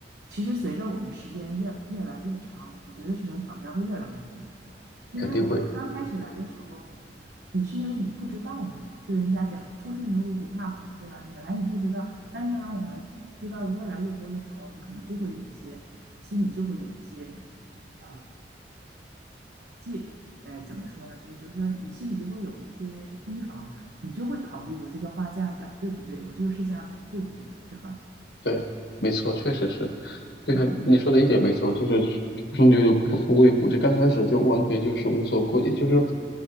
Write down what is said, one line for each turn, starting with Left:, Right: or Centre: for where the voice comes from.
Right: 其实随着我们时间越越来越长，我觉得这种挑战会越来越多。因为我们刚开始来的时候，
Left: 肯定会。
Right: 你是因为你不知道嘛，就人家讲初出牛犊不怕虎，对吧？你来你不知道，但是呢，我们知道的越来越多的时候，你可能就会有一些心里就会有一些啊戒，呃，怎么说呢？所以就是说，你心里就会有一些提防，你就会考虑我这个话这样讲对不对，我这个事这样讲对不对，是吧？
Left: 对，没错，确实是，就像你说的一点没错，
Right: 嗯，
Left: 就是初生牛犊不不畏虎，就刚开始就完全就是无所顾忌，就是